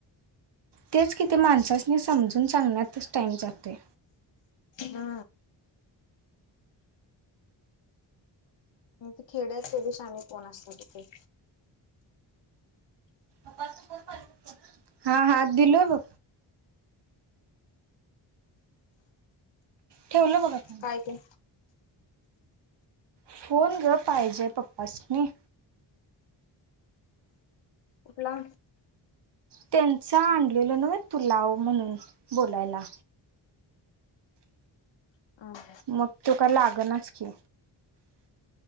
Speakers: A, on the right (about 55°); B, on the left (about 60°).
A: तेच किती माणसानी समजून सांगण्यातच टाइम जाते.
B: हा. मग ते खेड्यात प्रदेशाने कोण असतो तिथे.
A: ण. हा हात दिलोघ. ठेवलं बघा तही.
B: काय ते
A: फोन ग पाहिजे पप्पाास नि.
B: अपला.
A: त्यांचा आणलेलं ना तुलाव म्हणून बोलायला.
B: हम्म
A: मग तु का लागनच की